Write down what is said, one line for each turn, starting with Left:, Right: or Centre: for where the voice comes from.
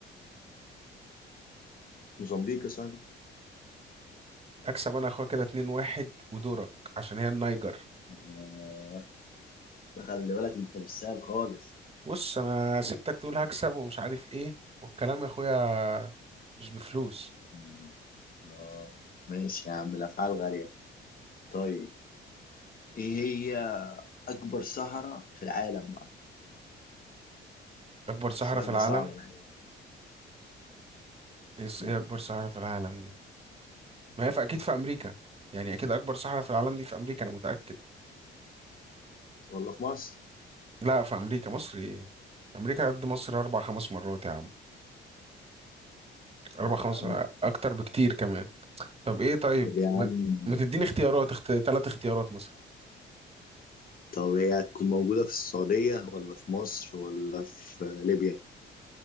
Left: موزمبيق يا صاحبي
Right: أكسب أنا يا أخويا كده اتنين واحد ودورك عشان هي النيجر
Left: اه ده خلي بالك انت مش سهل خالص
Right: بص انا سبتك تقول هكسب ومش عارف ايه والكلام يا اخويا مش بفلوس
Left: مم. اه ماشي يا عم الافعال غاليه طيب ايه هي اكبر صحراء في العالم بقى
Right: اكبر صحراء
Left: السؤال
Right: في العالم
Left: ده صعب انا
Right: ايه
Left: عارف
Right: ايه اكبر صحراء في العالم دي ما هي في اكيد في امريكا يعني اكيد اكبر صحراء في العالم دي في امريكا انا متاكد
Left: والله في مصر
Right: لا في امريكا مصر ايه امريكا قد مصر اربع خمس مرات يا عم
Left: لا
Right: اربع
Left: يا
Right: خمس
Left: عم
Right: اكتر بكتير كمان طب ايه طيب
Left: طب يا عم
Right: ما, ما تديني اختيارات اخت... ثلاث اختيارات مثلا
Left: طب هي هتكون موجودة في السعودية ولا في مصر ولا في ليبيا